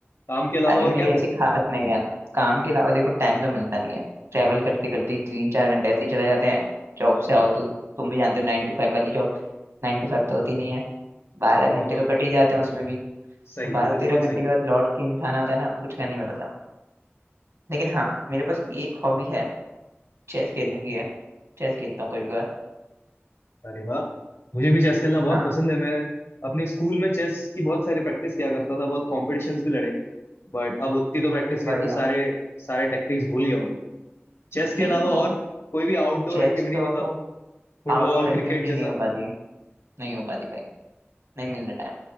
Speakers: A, on the left (about 65°); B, on the right (about 75°).
A: काम के अलावा
B: अरे
A: और
B: मेरी
A: क्या
B: ऐसी
A: करते
B: खास
A: हैं
B: नहीं है काम के अलावा देखो टाइम तो मिलता नहीं है ट्रैवल करते करते ही तीन चार घंटे ऐसे ही चले जाते हैं जॉब
A: हम्म
B: से आओ तो तुम भी जानते हो नाइन टू फाइव वाली जॉब नाइन टू फाइव तो होती नहीं है बारह
A: हाँ वो
B: घंटे
A: तो
B: तो कट ही जाते हैं उसमें भी
A: सही
B: तो बारह
A: है बिल्कुल
B: तेरह घंटे
A: सही है
B: के बाद लौट के इंसान आता है ना कुछ करने नहीं पड़ता लेकिन हाँ मेरे पास एक हॉबी है चेस खेलने की है चेस खेलता हूँ कभी कभार
A: अरे वाह मुझे भी चेस खेलना बहुत
B: हाँ
A: पसंद है मैं अपने स्कूल में चेस की बहुत सारी प्रैक्टिस किया करता था बहुत कॉम्पिटिशन्स भी लड़े बट अब उतनी तो प्रैक्टिस
B: अरे बढ़िया
A: नहीं है तो सारे सारे टैक्टिक्स भूल गया हूँ मैं चेस के
B: नहीं
A: अलावा
B: नहीं तो
A: और कोई भी आउटडोर
B: चेस
A: एक्टिविटी
B: तो
A: मतलब
B: तुम
A: फुटबॉल
B: आउटडोर
A: क्रिकेट
B: एक्टिविटी
A: जैसा
B: नहीं हो पाती है नहीं हो पाती भाई नहीं मिल रहा टाइम